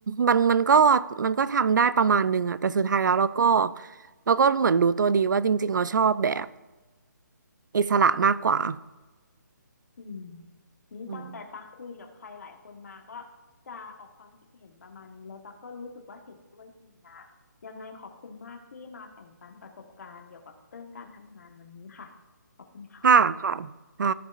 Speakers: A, on the right; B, on the left.
A: มันมันก็มันก็ทำได้ประมาณหนึงอะแต่สุดท้ายแล้วเราก็เราก็เหมือนรู้ตัวดีว่าจริงๆเราชอบแบบอิสระมากกว่า
B: อืมนี้ตั้งแต่ตักคุยกับใครหลายคนมาก็
A: อืม
B: จะออกความคิดเห็นประมาณนี้แล้วตักก็รู้สึกว่าเห็นด้วยจริงนะ ยังไงขอบคุณมากที่มาแบ่งปันประสบการณ์เกี่ยวกับเรื่องการทำงานวันนี้ค่ะ ขอบคุณค่ะ
A: ค่ะค่ะค่ะ